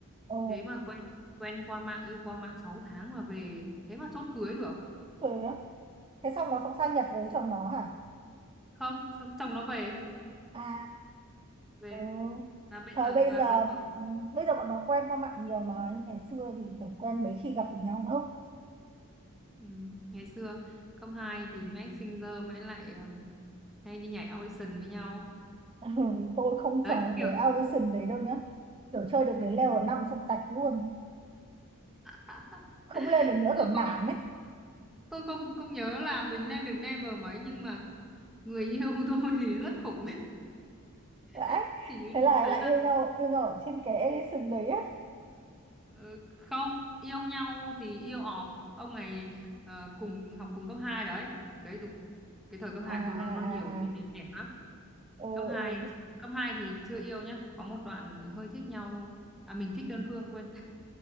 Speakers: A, on the right (about 25°); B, in the centre.
A: ờ
B: thế mà quen quen qua mạng yêu qua mạng 6 tháng mà về thế mà chốt cưới được
A: thế á thế xong nó xong sang Nhật với chồng nó hả
B: không xong chồng nó về
A: à
B: về
A: Ừ.
B: và bây
A: Thời
B: giờ
A: bây
B: và
A: giờ
B: sống ở
A: ừ, bây giờ bọn nó quen qua mạng nhiều mà nhưng ngày xưa thì
B: ừ.
A: kiểu quen mấy khi gặp được nhau không
B: Ừ, ngày xưa cấp 2 thì Max Singer mới lại um, hay đi nhảy audition với nhau
A: <laughs> Ừ, tôi không
B: đấy
A: chọn
B: kiểu
A: cái audition đấy đâu nhá kiểu chơi được đến level năm xong tạch luôn
B: à,
A: không lên được nữa
B: tôi
A: kiểu nản
B: không,
A: ấy
B: tôi không không nhớ là mình lên được level mấy nhưng mà người yêu <laughs> tôi thì rất khủng
A: đấy
B: <laughs> chỉ nhớ
A: thế là
B: đến thế
A: lại
B: thôi
A: yêu nhau yêu nhau ở trên cái audition đấy á
B: Ờ, không yêu nhau thì yêu ọp ông này ờ, cùng học cùng cấp 2 đấy đấy đúng cái thời cấp
A: à
B: 2
A: à
B: tôi nó nó nhiều kỷ
A: à à
B: niệm đẹp lắm
A: ừ
B: cấp hai
A: ừ
B: cấp hai thì chưa yêu nhá có một đoạn hơi thích nhau thôi à mình thích đơn phương quên